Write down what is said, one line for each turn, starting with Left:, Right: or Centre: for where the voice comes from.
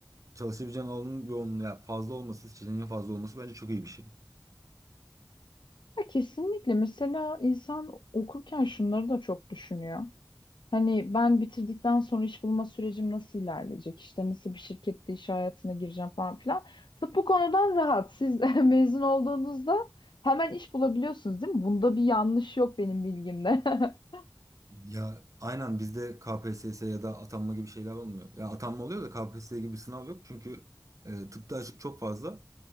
Right: çalışabileceğim alanın yoğunluğu ya fazla olması, seçeneğin fazla olması bence çok iyi bir şey.
Left: Ya kesinlikle. Mesela insan okurken şunları da çok düşünüyor. Hani ben bitirdikten sonra iş bulma sürecim nasıl ilerleyecek? İşte nasıl bir şirkette iş hayatına gireceğim falan filan. Tıp bu konudan rahat. Siz <laughs> mezun olduğunuzda hemen iş bulabiliyorsunuz değil mi? Bunda bir yanlış yok benim bilgimde. <laughs>
Right: Ya aynen bizde KPSS ya da atanma gibi şeyler olmuyor. Ya atanma oluyor da KPSS gibi bir sınav yok çünkü e, tıpta açık çok fazla.